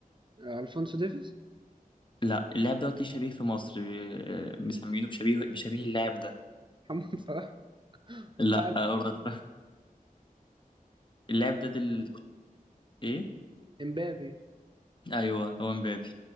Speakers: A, on the right; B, on the left.
A: آه، الفونسو ديفيز
B: لا اللاعب دوت ليه شبيه في مصر آه، مسمينه بشبيه بشبيه اللاعب ده
A: محمد صلاح
B: لا
A: آه،
B: آه، أوروبا. اللاعب ده دل ايه
A: امبابي
B: ايوه هو مبابي